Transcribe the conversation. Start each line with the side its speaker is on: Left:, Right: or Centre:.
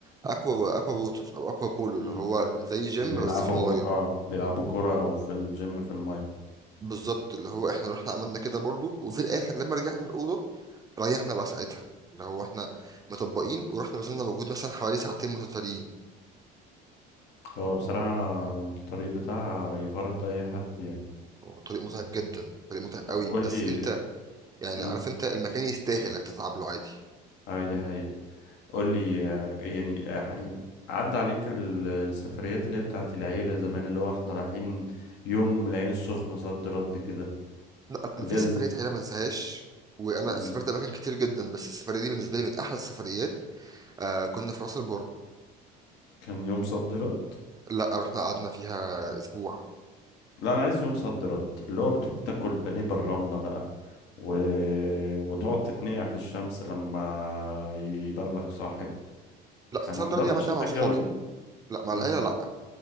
Right: اكوا اكوا ووتر او اكوا بولو
Left: امم
Right: اللي هو زي جيم
Left: اللي بيلعبوا
Right: بس في المايه
Left: اه بيلعبوا كورة او في الجيم في الماية
Right: بالظبط اللي هو احنا رحنا عملنا كده برضو وفي الاخر لما رجعنا الاوضه ريحنا بقى ساعتها اللي هو احنا مطبقين ورحنا بذلنا مجهود مثلا حوالي ساعتين متتاليين
Left: هو بصراحة الطريق بتاعها يفرهد اي حد يعني
Right: هو طريق متعب جدا طريق متعب
Left: طب
Right: قوي
Left: قول
Right: بس
Left: لي
Right: انت يعني
Left: امم
Right: عارف انت المكان يستاهل انك تتعب له عادي
Left: اه دي حقيقة قول لي آه، يعني آه، ح- يعني عدى عليك ال- السفريات اللي هي بتاعت العيلة زمان اللي هو احنا رايحين يوم العين السخنة صد رد كده
Right: لا انا
Left: اللي
Right: في
Left: هي
Right: سفريه
Left: ال...
Right: عيله ما انساهاش وانا
Left: مم.
Right: سافرت اماكن كتير جدا بس السفريه دي بالنسبه لي من احلى السفريات آه كنا في راس البر
Left: كان يوم صد رد
Right: لا رحنا قعدنا فيها اسبوع
Left: لا انا عايز يوم صد رد اللي هو بتروح تاكل بانيه بالرملة بقى و... وتقعد تتنقع في الشمس لما يبان لك صاحب
Right: لا
Left: ح-
Right: صدر
Left: ما حضرتش
Right: دي عملتها
Left: انت
Right: مع
Left: الجو
Right: اصحابي
Left: دي
Right: لا مع
Left: مم.
Right: العيله لا